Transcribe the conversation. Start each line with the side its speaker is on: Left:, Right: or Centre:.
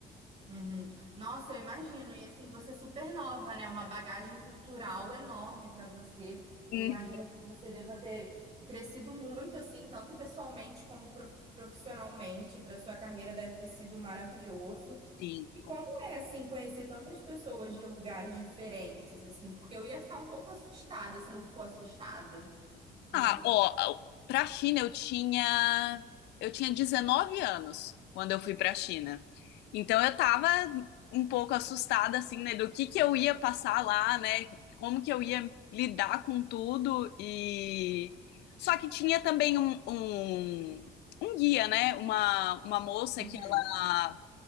Right: Uhum. Nossa, eu imagino. E assim, você é super nova, né? Uma bagagem cultural enorme para você.
Left: Hum,
Right: Eu imagino que você deva ter crescido muito, assim, tanto pessoalmente como prof- profissionalmente. Para sua carreira deve ter sido maravilhoso.
Left: Sim,
Right: E como é, assim, conhecer tantas pessoas de lugares diferentes, assim? Porque eu ia ficar um pouco assustada. Você não ficou assustada? Não.
Left: Ah, ó, pra China eu tinha eu tinha 19 anos quando eu fui pra China. Então eu tava um pouco assustada assim, né, do que que eu ia passar lá, né? Como que eu ia lidar com tudo e só que tinha também um, um, um guia, né? Uma, uma moça
Right: Uhum.
Left: que ela